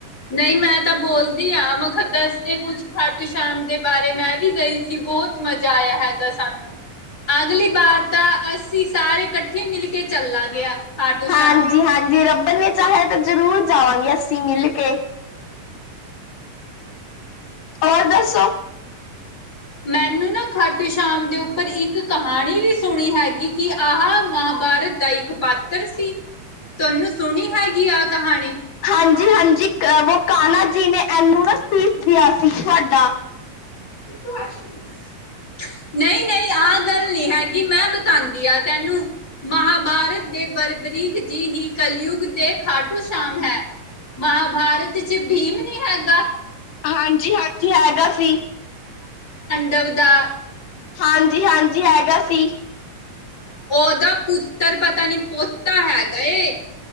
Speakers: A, on the left; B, on the left.
A: ਨਈ ਮੈਂ ਤਾਂ ਬੋਲਦੀ ਆ, ਮਖ ਦੱਸ ਦੇ ਕੁਛ ਖਾਟੂ ਸ਼ਾਮ ਦੇ ਬਾਰੇ ਮੈਂ ਵੀ ਗਈ ਸੀ। ਬਹੁਤ ਮਜ਼ਾ ਆਇਆ ਹੈਗਾ, ਸਾਨੂੰ ਅਗਲੀ ਵਾਰ ਤਾਂ ਅਸੀਂ ਸਾਰੇ ਇਕ ਓਥੇ ਮਿਲ ਕੇ ਚੱਲਾਂ ਗਿਆ ਖਾਟੂ
B: ਹਾਂਜੀ
A: ਸ਼ਾਮ
B: ਹਾਂਜੀ ਰੱਬ ਨੇ ਚਾਹਿਆ ਤਾਂ ਜ਼ਰੂਰ ਜਾਵਾਂਗੇ ਅਸੀਂ ਮਿਲ ਕੇ ਹੋਰ ਦੱਸੋ?
A: ਮੈਨੂੰ ਨਾ ਖਾਟੂ ਸ਼ਾਮ ਦੇ ਉੱਪਰ ਇੱਕ ਕਹਾਣੀ ਵੀ ਸੁਣੀ ਹੈਗੀ। ਕਿ ਕੀ ਆਹ ਮਹਾਬਾਰਤ ਦਾ ਇੱਕ ਪਾਤਰ ਸੀ। ਤੁਆਨੂੰ ਸੁਣੀ ਹੈਗੀ ਆਹ ਕਹਾਣੀ?
B: ਹਾਂਜੀ
A: ਹਾਂਜੀ-ਹਾਂਜੀ।
B: ਹਾਂਜੀ ਉਹ ਕਾਨਾ ਜੀ ਨੇ ਇਹਨੂੰ ਨਾ ਸੀਸ ਦਿਆ ਸੀ ਤੁਹਾਡਾ
A: <unintelligible> ਨਈ-ਨਈ ਆਹ ਗੱਲ ਨੀ ਹੈਗੀ, ਮੈਂ ਬਿਤਾਦੀ ਆ ਤੈਨੂੰ ਮਹਾਬਾਰਤ ਦੇ ਬਰਬਰੀਕ ਜੀ ਹੀ ਕਲਯੁਗ ਦੇ ਖਾਟੂ ਸ਼ਾਮ ਹੈ। ਮਹਾਬਾਰਤ ਚ ਬੀਮ ਨੀ ਹੈਗਾ।
B: ਹਾਂਜੀ-ਹਾਂਜੀ ਹੈਗਾ ਸੀ।
A: ਦਵਦਾ
B: ਹਾਂਜੀ-ਹਾਂਜੀ ਹੈਗਾ ਸੀ।
A: ਓਦਾ ਪੁੱਤਰ ਪਤਾ ਨੀ ਪੋਤਾ ਹੈਗਾ ਏ।